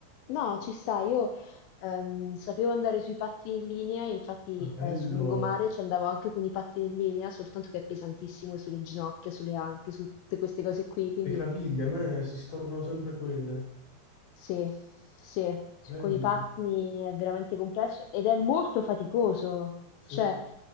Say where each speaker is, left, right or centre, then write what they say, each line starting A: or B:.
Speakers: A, on the left (about 80°); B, on the left (about 55°).
A: No, ci sta. Io, ehm, sapevo andare sui pattini in linea, infatti,
B: Ah, bello!
A: ehm, sul lungomare ci andavo anche con i pattini in linea, soltanto che è pesantissimo sulle ginocchia, sulle anche, su tutte queste cose qui, quindi
B: Le caviglie, a me si storgono sempre quelle.
A: Sì, sì,
B: Bello.
A: con i pattini è veramente complesso ed è molto faticoso.
B: Sì,
A: Cioè,